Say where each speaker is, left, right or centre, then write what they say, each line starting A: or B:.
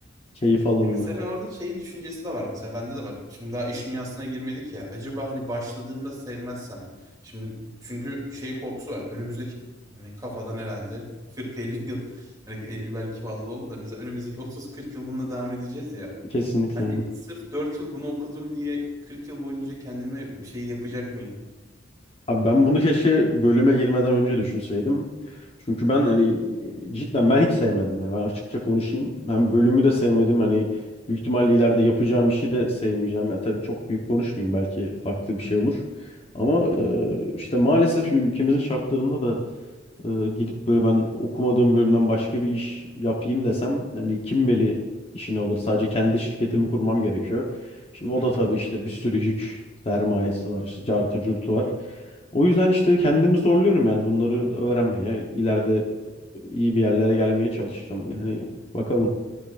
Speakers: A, on the left; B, on the right.
A: Keyif alanına.
B: ya mesela orada şey düşüncesi de var. Mesela bende de var. Şimdi daha iş dünyasına girmedik ya. Acaba hani başladığımda sevmezsem. Şimdi çünkü şey korkusu var. Önümüzdeki hani kafadan herhalde 40-50 yıl. Hani 50 belki fazla oldu da. Mesela önümüzdeki 30-40 yıl bununla devam edeceğiz ya.
A: Kesinlikle.
B: Hani sırf 4 yıl bunu okudum diye 40 yıl boyunca kendime şey yapacak mıyım?
A: Abi ben bunu keşke bölüme girmeden önce düşünseydim. Çünkü ben hani cidden ben hiç sevmedim ya. Ben açıkça konuşayım. Ben bölümü de sevmedim. Hani büyük ihtimalle ileride yapacağım işi de sevmeyeceğim. Ya tabii çok büyük konuşmayayım belki farklı bir şey olur. Ama
B: Hı hı.
A: e, işte maalesef şimdi ülkemizin şartlarında da e, gidip böyle ben okumadığım bölümden başka bir iş yapayım desem hani kim beli işini alır? Sadece kendi şirketimi kurmam gerekiyor. Şimdi o
B: Hı
A: da
B: hı.
A: tabii işte bir sürü yük sermayesi var işte cartı curtu var. O yüzden işte kendimi zorluyorum yani bunları öğrenmeye. ileride iyi bir yerlere gelmeye çalışacağım. Yani bakalım.